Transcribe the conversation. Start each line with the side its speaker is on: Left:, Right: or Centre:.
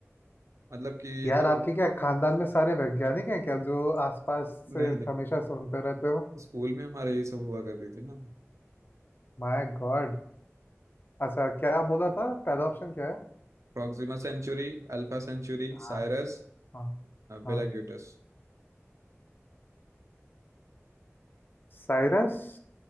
Right: मतलब कि ये
Left: यार
Right: तो
Left: आपके क्या खानदान में सारे वैज्ञानिक हैं क्या जो आसपास से
Right: नहीं नहीं
Left: हमेशा सुनते रहते हो
Right: स्कूल में हमारे ये सब हुआ करती थी ना
Left: My God अच्छा क्या बोला था पहला ऑप्शन क्या है
Right: Proxima Centauri Alpha Centauri
Left: हाँ
Right: Sirius
Left: हाँ हाँ
Right: बेलाग्यूटस
Left: साइरस